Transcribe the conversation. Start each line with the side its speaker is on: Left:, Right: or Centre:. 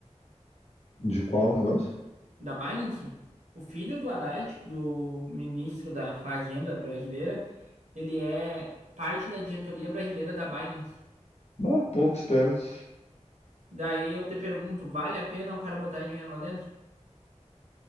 Left: De qual negócio?
Right: Da Binance? O filho do Haddad, do ministro da Fazenda brasileira, ele é parte da diretoria brasileira da Binance.
Left: Bah, pouco esperto.
Right: Daí eu te pergunto, vale a pena o cara botar dinheiro lá dentro?